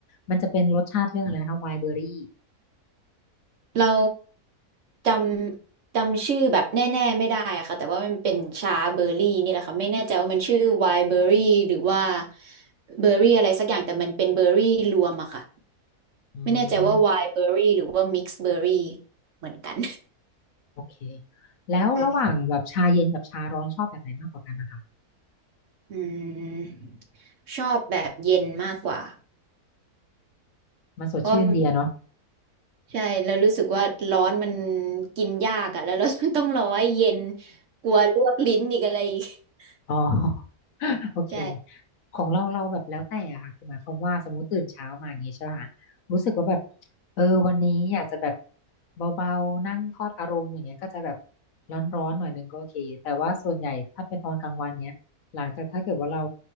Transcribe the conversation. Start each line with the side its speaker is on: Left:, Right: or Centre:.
Left: มันจะเป็นรสชาติเรื่องอะไรนะคะไวน์เบอรี่
Right: เราจำจำชื่อแบบแน่ๆไม่ได้อะค่ะแต่ว่ามันเป็นชาเบอร์รี่นี่แหละค่ะไม่แน่ใจว่ามันชื่อไวน์เบอร์รี่หรือว่าเบอร์รี่อะไรสักอย่างแต่มันเป็นเบอร์รี่รวมอะค่ะ
Left: อืม
Right: ไม่แน่ใจว่าไวน์เบอร์รี่หรือว่ามิกซ์เบอร์รี่เหมือนกัน
Left: โอเค
Right: <laughs>
Left: แล้วระหว่างแบบชาเย็นกับชาร้อนชอบแบบไหนมากกว่ากันนะคะ
Right: ใช่อืมชอบแบบเย็นมากกว่า
Left: มันสดชื่นดีอะเนาะ
Right: เพราะ ใช่แล้วรู้สึกว่าร้อนมันกินยากอะแล้วเราต้องรอให้เย็น กลัวลวกลิ้นอีกอะไรอีก <laughs>
Left: อ๋อ <laughs> โอเค
Right: ใช่
Left: ของเราเราแบบแล้วแต่อะค่ะคือหมายความว่าสมมติตื่นเช้ามาอย่างงี้ใช่ไหมคะรู้สึกว่าแบบเออวันนี้อยากจะแบบเบาๆนั่งทอดอารมณ์อย่างเงี้ยก็จะแบบร้อนๆหน่อยนึงก็โอเคแต่ว่าส่วนใหญ่ถ้าเป็นตอนกลางวันเนี้ยหลังจากถ้าเกิดว่าเรา